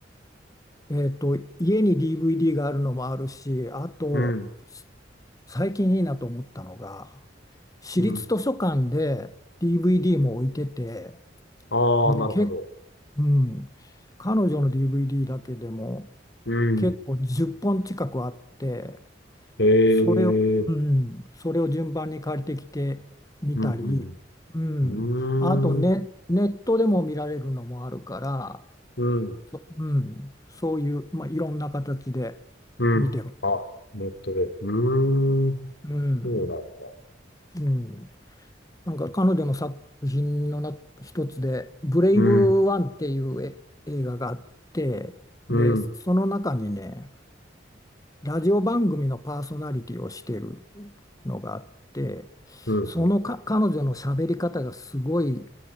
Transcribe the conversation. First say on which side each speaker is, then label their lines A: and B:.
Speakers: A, on the left; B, on the left.
A: えっと、家に DVD があるのもあるし、あと、
B: うん。
A: 最近いいなと思ったのが、私立図書館で
B: うん。
A: DVD も置いてて、
B: ああ、
A: で、
B: なるほど。
A: け、うん、彼女の DVD だけでも
B: うん。
A: 結構10本近くあって、
B: へ
A: それを、
B: え。
A: うん、それを順番に借りてきてみたり、
B: うん。
A: うん、
B: う
A: あとネ、
B: ん。うーん。
A: ネットでも見られるのもあるから、
B: うん。
A: うん、そういう、まあ、いろんな形で
B: うん。
A: 見てる。
B: あ、ネットで。うーん。
A: うん、
B: そうなんだ。
A: うん、なんか彼女の作品のな一つで「ブレイブワン」っていうえ映画があってでその中にね
B: うん。うん。
A: ラジオ番組のパーソナリティをしてるのがあって
B: うん。
A: そのか彼女の喋り方がすごい
B: うん。